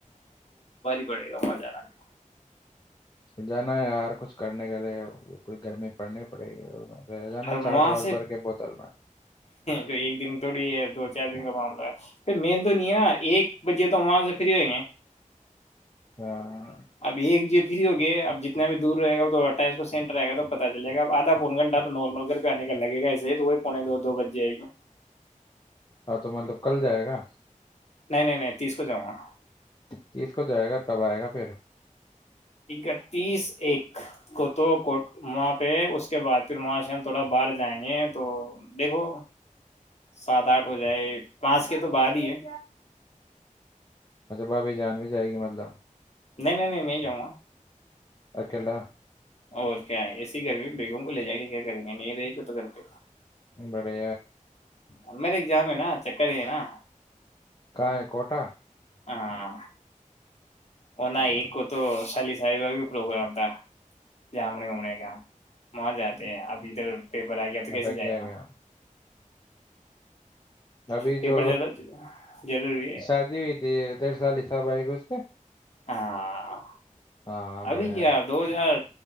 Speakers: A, on the left; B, on the left.
A: بڑے گا وہاں جانا بھی
B: جانا ہے یار کچھ کرنے کے لیے کوئی گرمی پڑنی پڑے گی اور رہ جانا
A: ہ وہاں
B: چارج واج
A: سے
B: بھر کے بوتل میں
A: جو ایک دن توڑی ہے دو چار دن کا مع پھر مین تو نہیں ہے نا ایک بجے تو وہاں سے فری ہویں گے
B: ہاں
A: اب ایک ج فری ہوگیا اب جتنا بھی دور رہے گا وہ تو اٹھائیس پرسینٹ رہے گا تو پتا چلے گا آدھا پون گھنٹہ تو نارمل کر کے آنے کا لگے گا ایے ہی تو وہ پونے دو بج جائے گی
B: ہاں تو مطلب کل جائے گا
A: نہیں نہیں نہیں تیس کو جاؤں گا
B: اسیس کو جائے گا اور کب آئے گا پھر
A: اکتیس ایک کو تو کوٹ وہاں پہ اس کے بعد پھر وہاں سے ہم تھوڑا باہر جائیں گے تو دیکھو سات آٹھ ہو جائے پانچ کے تو بعد ہی ہے
B: اچھا بھابھی جان بھی جائے گی مطلب
A: نہیں نہیں نہیں میں ہی جاؤں گا
B: اکلاا
A: اور کیا ہے اس گمی بیگوں کو ل جائے گ کیا کریں گے میں رہی کت کرپ
B: ان بڑے
A: ا میر ایک جام ہے نا چکر یہ ہے نا
B: کہاں ہے کوٹا
A: ہاں وہ نہ
B: ہاں
A: ایک کو تو سالس پروگرام تھا جامنےے ہو کا وہاں جاتے ہیں اب ادھر پیپر آ گیا تو
B: اٹک
A: کیسے جائے
B: گیا
A: گا
B: گیا ابھی
A: پیپر
B: جو
A: زیادہ ضروری ہے
B: شادی ہوئی تھی ڈڑ سالسب ب آ
A: ہاں
B: ہاں
A: ابھی
B: بڑھیا
A: کیا دو ہزار